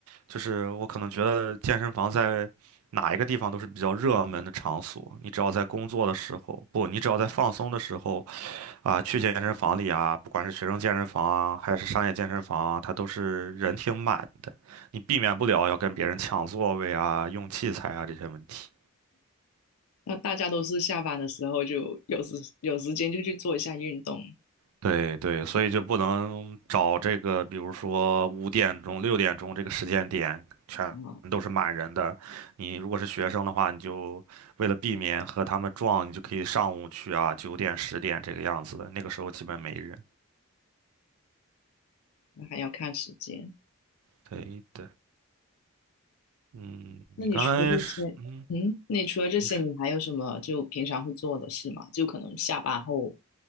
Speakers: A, on the right; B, on the left.
A: 就是我可能觉得健身房在哪一个地方都是比较热门的场所。你只要在工作的时候，不，你只要在放松的时候啊，去健身房里啊，不管是学生健身房啊，还是商业健身房啊，它都是人挺满的。你避免不了要跟别人抢座位啊、用器材啊这些问题。
B: 那大家都是下班的时候就有时有时间就去做一下运动
A: 对对，所以就不能找这个，比如说五点钟、六点钟这个时间点，全都是满人的。
B: 啊，
A: 你如果是学生的话，你就为了避免和他们撞，你就可以上午去啊，九点、十点这个样子的。那个时候基本没人。
B: 那还要看时间。
A: 对的，嗯，
B: 那你除了这些，
A: 你刚才是，嗯，
B: 嗯，那你除了这些，
A: 你是，
B: 你还有什么就平常会做的事吗？就可能下班后